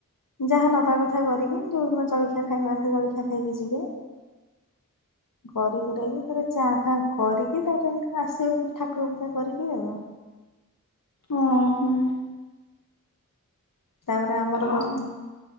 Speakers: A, on the left; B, on the left.
A: ଯାହା ନବା କଥା କରିବି ଯୋଉଦିନ ଜଳଖିଆ ଖାଇବା କଥା ଜଳଖିଆ ଖାଇକି ଯିବେ। କରି କୁରାକି ତାପରେ ଚା ଫା କରିକି ତାପରେ ଆସିବି ଠାକୁର ପୂଜା କରିକି ଆଉ।
B: ଓ ହୋ।
A: ତାପରେ ଆମର
B: ଆଉ
A: କରିିଥିଲି